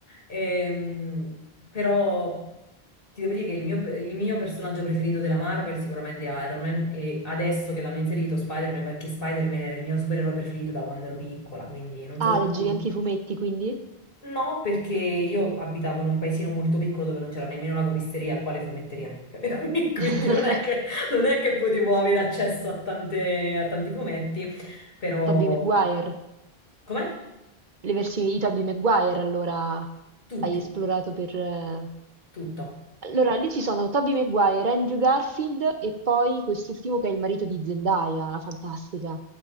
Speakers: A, on the left; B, on the right.
A: Ehm, però ti devo dire che il mio, il mio personaggio preferito della Marvel sicuramente è Iron Man e adesso che l'hanno inserito Spider-Man perché Spider-Man era il mio supereroe preferito da quando ero piccola, quindi non
B: Ah,
A: so
B: leggevi
A: tu.
B: anche i fumetti, quindi?
A: No, perché io abitavo in un paesino molto piccolo dove non c'era nemmeno la copisteria, quale fumetteria, capito? <laughs> Quindi
B: <laughs>
A: non è che, non è che potevo avere accesso a tante- a tanti fumetti, però...
B: Tobey Maguire.
A: Com'è?
B: Le versioni di Tobey Maguire, allora,
A: Tutti,
B: hai esplorato per... eh.
A: tutto.
B: Allora, lì ci sono Tobey Maguire, Andrew Garfield e poi quest'ultimo che è il marito di Zendaya, la fantastica.